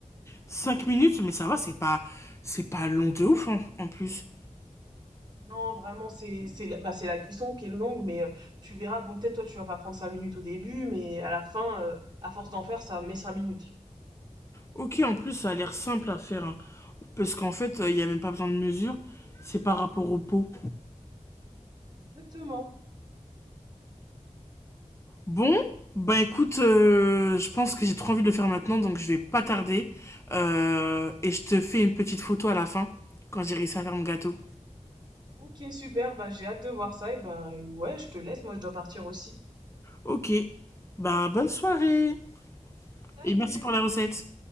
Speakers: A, on the left; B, on the right.
A: Cinq minutes, mais ça va, c'est pas, c'est pas long de ouf en, en plus.
B: Non, vraiment, c'est c'est la, bah, c'est la cuisson qui est longue, mais euh, tu verras, bon, peut-être toi, tu vas pas prendre cinq minutes au début, mais à la fin, euh, à force d'en faire, ça met cinq minutes.
A: Ok, en plus, ça a l'air simple à faire. hein. Parce qu'en fait, il n'y a même pas besoin de mesure. C'est par rapport au pot.
B: Exactement.
A: Bon, bah écoute, euh, je pense que j'ai trop envie de le faire maintenant, donc je vais pas tarder. Euh, et je te fais une petite photo à la fin, quand j'ai réussi à faire mon gâteau.
B: Ok, super, bah, j'ai hâte de voir ça, et ben ouais, je te laisse, moi, je dois partir aussi.
A: Ok, bah bonne soirée.
B: Salut!
A: Et merci pour la recette.